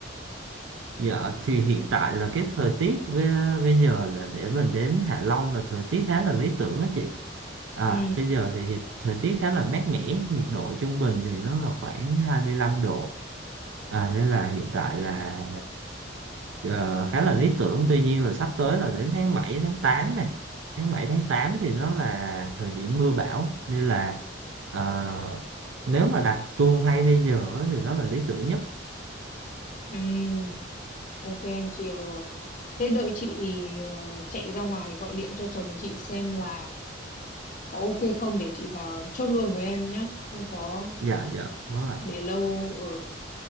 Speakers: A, on the right; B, on the left.
A: Dạ thì hiện tại là cái thời tiết với, bây giờ là để mình đến Hạ Long là thời tiết khá là lý tưởng á chị. À
B: Ừ,
A: bây giờ thì hiện- thời tiết khá là mát mẻ, nhiệt độ trung bình thì nó là khoảng 25 độ. À nên là hiện tại là ờ, khá là lý tưởng. Tuy nhiên là sắp tới là đến tháng bảy tháng 8 này. Tháng bảy tháng 8 thì nó là thời điểm mưa bão nên là ờ, nếu mà đặt tour ngay bây giờ á thì nó là lý tưởng nhất.
B: ừ, ok em chịu rồi. Thế đợi chị ờ, chạy ra ngoài gọi điện cho chồng chị xem là có ok không để chị vào chốt luôn với em nhá. Không có
A: Dạ dạ đúng ạ.
B: để lâu, ừ.